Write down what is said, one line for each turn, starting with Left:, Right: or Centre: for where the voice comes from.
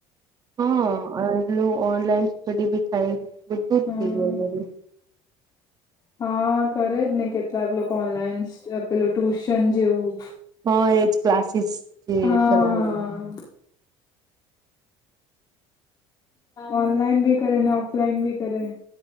Right: હા એટલું ઓનલાઈન સ્ટડી બી થાય બધું જ
Left: હમ
Right: થઈ જાય મારું.
Left: હા કરે જ ને કેટલાક લોકો ઓનલાઈન પેલું ટુશન જેવું.
Right: હા એજ ક્લાસીસ થી
Left: હા હા
Right: ચલાવે.
Left: ઓનલાઈન ભી કરે ને ઓફલાઈન ભી કરે.